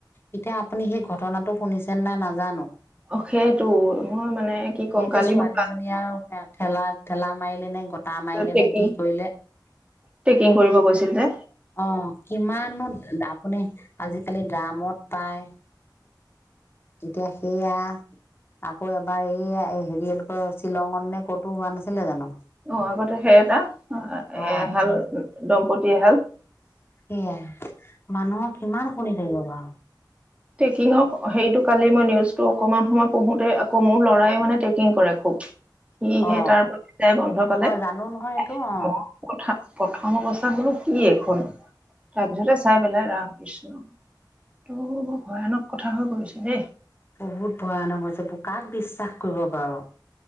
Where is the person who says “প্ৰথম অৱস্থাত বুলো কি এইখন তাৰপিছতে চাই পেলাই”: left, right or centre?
Right